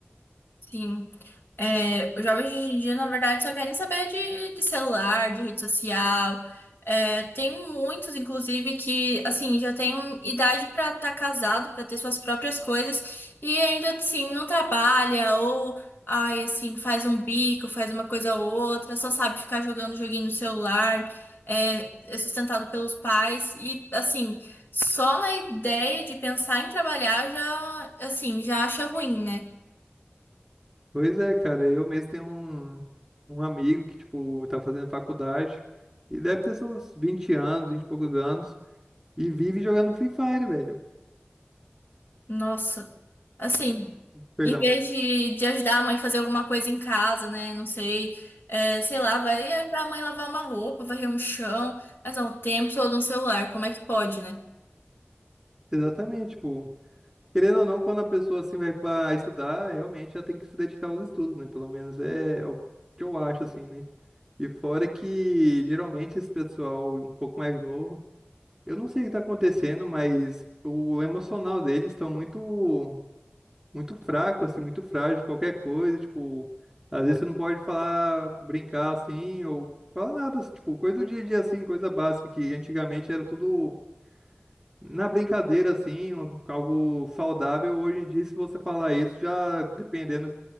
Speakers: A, on the left; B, in the centre.
A: Sim. É, os jovens de hoje em dia, na verdade, só querem saber de, de celular, de rede social. É, tem muitos, inclusive, que, assim, já têm idade pra estar casado, pra ter suas próprias coisas, e ainda, assim, não trabalha, ou, ai, assim, faz um bico, faz uma coisa ou outra, só sabe ficar jogando joguinho no celular, é, é sustentado pelos pais, e, assim, só na ideia de pensar em trabalhar já, assim, já acha ruim, né?
B: Pois é, cara, eu mesmo tenho um, um amigo que, tipo, tá fazendo faculdade e deve ter seus 20 anos, 20 e poucos anos, e vive jogando Free Fire, velho.
A: Nossa. Assim,
B: Perdão.
A: em vez de, de ajudar a mãe a fazer alguma coisa em casa, né? Não sei, é, sei lá, vai ajudar a mãe a lavar uma roupa, varrer um chão, mas não, o tempo todo no celular, como é que pode, né?
B: Exatamente, tipo, querendo ou não, quando a pessoa assim vai pra estudar, realmente ela tem que se dedicar aos estudos, né? Pelo menos é o que eu acho, assim, né? E fora que geralmente esse pessoal um pouco mais novo, eu não sei o que tá acontecendo, mas o emocional deles estão muito muito fraco assim, muito frágil, qualquer coisa, tipo, às vezes você não pode falar, brincar assim ou falar nada, assim, tipo, coisa do dia a dia assim, coisa básica que antigamente era tudo na brincadeira assim, um- algo saudável. Hoje em dia, se você falar isso, já dependendo